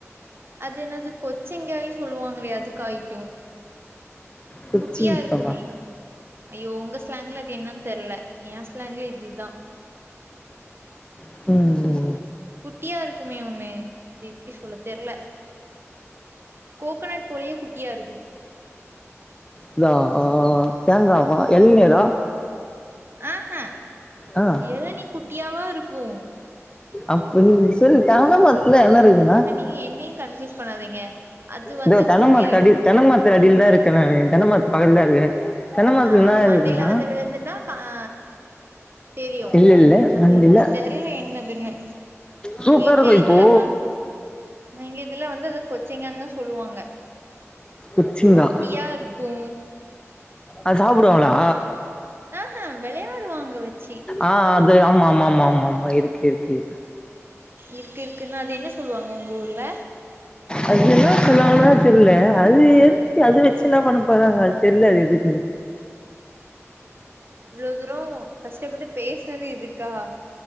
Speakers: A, on the right; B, on the left.
A: அது என்னது கொச்சங்காயு சொல்லுவாங்களே அது காய்க்கு
B: கொச்சி
A: குட்டியா
B: முக்கமா
A: இருக்குமே ஐயோ உங்க ஸ்லாங்க்ல அது என்னன்னு தெர்ல எ ஸ்லாங்ல இதுதா
B: ம் ம்
A: குட்டியாருக்குமே ஒண்ணு அது எப்பிடி சொல்ல தெர்ல கோகனட் போலயே குட்டியாகருக்கு
B: இதா ஆ தேங்காவா‌ இழநீரா
A: ஆ ஹா
B: ஆ
A: எழநீ குட்டியாவாருக்கு
B: அப்ப நீங்க சொல்லு தென்ன மரதத்துல என்ன இருக்குன்னா
A: நீ என்னையு கன்பியூஸ் பண்ணாதீங்க அது வந்து
B: இதோ தென்ன
A: குட்டியா
B: மரத்தடில
A: இருக்கு
B: தென்ன மரத்துல அடியில தா இருக்கே நானு தென்ன மரத்து பகல் தா இருக்கே தென்ன மரத்துல
A: ஆ
B: என்ன
A: மண்டையில
B: இருக்குன்னா
A: வந்து விழுந்துன்னா ஆ தெரியு
B: இல்ல இல்ல
A: என்னதுன்னது
B: மண்டில
A: எனக்கு தெரியல என்னதுன்னு
B: சூப்பரா
A: எங்கே
B: இருக்கு இப்போ
A: இதுல வந்து எங்க இதுல வந்து அத கொச்சிங்கான தா சொல்லுவாங்க
B: குச்சிங்கா
A: குட்டியாருக்கு
B: அது சாப்புடுவாங்களா
A: ஆஹா வெளையாடுவாங்க அத வச்சி
B: ஆ அது ஆமா ஆமா ஆமா ஆமா ஆமா இருக்கு இருக்கு
A: இருக்கு இருக்குன்னா அது என்ன சொல்லுவாங்க உங்க ஊர்ல
B: அது என்ன சொல்லுவாங்கன்னா தெர்ல அது எதுக்கு அது வச்சு என்னா பண்ண போறாங்க அது தெர்ல அது எதுக்குன்னு
A: இவ்ளோ தூரோ கஷ்டப்பட்டு பேசுனது இதுக்கா